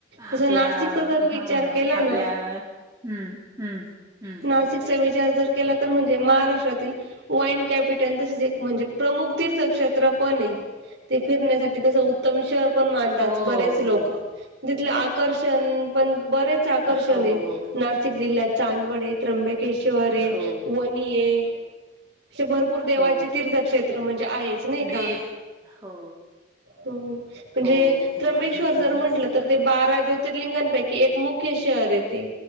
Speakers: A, on the right; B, on the right.
A: तसं
B: आपल्या
A: नाशिकचा
B: अ
A: जर विचार
B: हो ना,
A: केला
B: आपल्या हम्म हम्म. हम्म
A: नाशिकचा
B: हम्म
A: विचार जर केला तर, म्हणजे महाराष्ट्रातील वाईन कॅपि टल तशीच एक म्हणजे प्रमुख तीर्थक्षेत्र पण ये, ते फिरण्यासाठी त्याचा उत् तम शहर पण मानतात,
B: हो
A: बरेचसे
B: हो
A: लोकं तिथले आकर्षण पण बरेच आकर्षणये,
B: हो
A: नाशिक जिल्ह्यात चांदवड ये त्र्यंबकेशवरये,
B: हो
A: वनीये अशे भरपूर देवाचे
B: हो.
A: तीर्थक्षेत्र म्हणजे आहेच नाही का?
B: दे हो
A: ह्म म्हणजे
B: हो हो
A: त्र्यंबेश्वर
B: आहेत
A: जर
B: आहेत
A: म्हंटलं तर ते बारा ज्योतिर्लिंगां पैकी एक मुख्य शहरये ते,